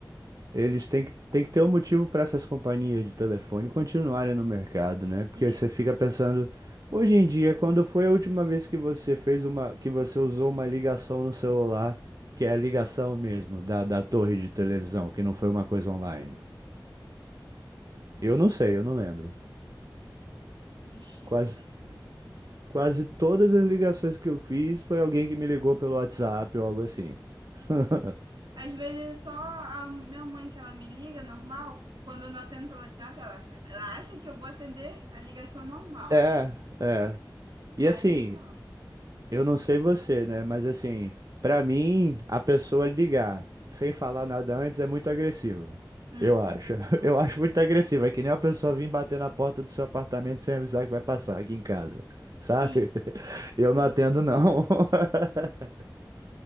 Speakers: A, on the right; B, on the right.
A: eles têm que, têm que ter um motivo para essas companhias de telefone continuarem no mercado, né? Porque você
B: Isso.
A: fica pensando, hoje em dia, quando foi a última vez que você fez uma, que você usou uma ligação no celular, que é a ligação mesmo da, da torre de televisão, que não foi uma coisa online? Eu não sei, eu não lembro.
B: Ixi,
A: Quase
B: rapaz, também.
A: Quase todas as ligações que eu fiz foi alguém que me ligou pelo WhatsApp ou algo assim. <laughs>
B: Às vezes é só a minha mãe que ela me liga, normal. Quando eu não atendo pelo WhatsApp, ela acha, ela acha que eu vou atender a ligação normal.
A: É, é. E
B: Aí
A: assim,
B: só.
A: eu não sei você, né? Mas assim, pra mim, a pessoa ligar sem falar nada antes é muito agressivo.
B: Hum,
A: Eu acho.
B: não.
A: <laughs> Eu acho muito agressivo. É que nem uma pessoa vir bater na porta do seu apartamento sem avisar que vai passar aqui em casa. Sabe?
B: Sim,
A: <laughs> Eu
B: sim.
A: não atendo, não. <laughs>